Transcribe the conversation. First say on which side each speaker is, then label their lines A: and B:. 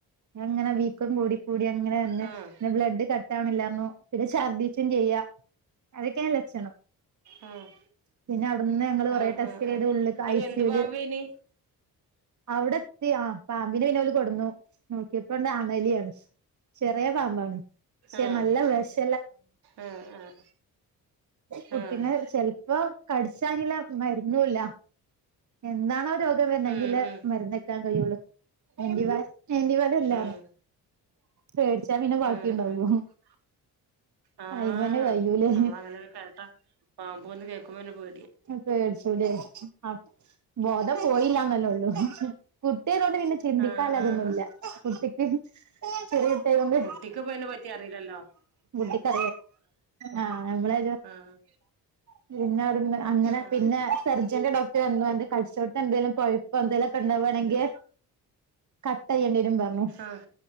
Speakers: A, on the right; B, on the right.
A: ങ്ങനെ വീക്കം കൂടി കൂടി അങ്ങനെ വന്ന്
B: ആഹ് ആഹ്
A: പിന്നെ ബ്ലഡ് കട് <unintelligible> പിന്നെ ഛർദ്ദിച്ചും ചെയ്യാ അതൊക്കെയാ ലക്ഷണം
B: ആഹ്
A: പിന്നെ അവിട് ന്ന് ഞങ്ങള് കൊറെ
B: ആഹ്
A: ടെസ്റ്റ് ചെയ്ത്. ഉള്ളക്
B: അത്
A: ഐസിയുല്
B: എന്ത് പാമ്പേനി
A: അവിടെത്തി ആഹ് പാമ്പിനെ പിന്നെ ഓല് കൊട്ന്നു നോക്കിയപ്പോണ്ട് അണലിയാണ് ചെറിയ പാമ്പാണ് ശ്ശെ
B: ആഹ്
A: നല്ല വെഷ്
B: ആഹ് ആഹ്.
A: കുട്ടീനെ
B: ആഹ്
A: ചെൽപ്പോ കടിച്ചാഞ്ലെ മരുന്നുല്ല. എന്താണോ രോഗം വര്ണെ
B: ഉം
A: അയ്നില്ലെ
B: ഉം
A: മര്ന്ന ക്കാൻ കയ്യോള്ളു <unintelligible> വലല്ല
B: ആഹ്
A: പേടിച്ചാ പിന്നെ ബാക്കിണ്ടാവും
B: ആഹ് ആഹ് ആഹ്
A: അയിമന്നെ കയ്യൂലേ.
B: നമ്മളങ്ങനൊക്കെ കേട്ടാ പാമ്പോന്ന് കേക്കുമ്പോന്നെ പേ
A: പേട്ച്ചുല്ലേ... ആ ബോധം പോയില്ലാ ന്ന്ന്നേള്ളൂ കുട്ടിയാതോണ്ട് പിന്നെ ചിന്തിക്കാല്ലാതൊന്നുല്ല
B: ആഹ് ആഹ് ആഹ്
A: കുട്ടിക്ക് ചെറിയ കുട്ട്യായതോണ്ട്
B: ട്ടിക്ക്പോ അയനെ പറ്റി അറീലല്ലോ
A: <inaudible> ആഹ് നമ്മളെ
B: ആഹ്
A: <unintelligible> അങ്ങനെ
B: ആഹ്
A: പിന്നെ സർജന്റെ ഡോക്ടർ വന്നാണ്ട് കട്ച്ചോട്ത്ത് എന്തെലും പഴ്പ്പോ എന്തെലൊക്കെണ്ടാവാണെങ്കെ കട്ടയ്യേണ്ടിരും പർഞ്ഞു
B: ആഹ്